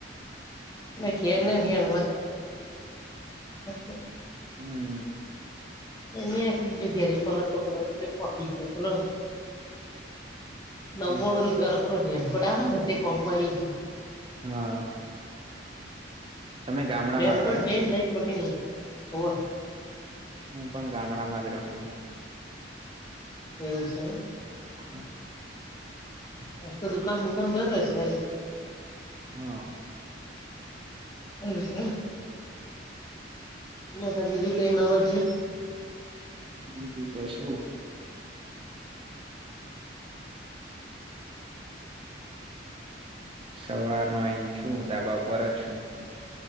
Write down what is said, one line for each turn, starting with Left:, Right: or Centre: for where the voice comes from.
Left: કે
Right: બર
Left: ન જઈએ <unintelligible>
Right: હમ્મ
Left: <unintelligible>
Right: <inaudible>
Left: નવા
Right: હ
Left: નુ રૂપિયાનું ઓલું રેઇનકોટ આવે હ તે કોમ માં આવી ગ્યું.
Right: હા. <inaudible> ગામડામાં
Left: રેનકોટ
Right: રહો એમ
Left: પેરી ન જઈ કોટી હોવ.
Right: હું પણ ગામડા માં જ રહુ
Left: એવું છે એમ
Right: <inaudible>
Left: હ તો દુકાન બુકાન બંધ હશે આજે
Right: હા.
Left: એવું છે એમ? <unintelligible> બીજું કઈ નવાજુની
Right: બીજું તો શું સવાર નું અહી છું ધાબા પર જ છું‌.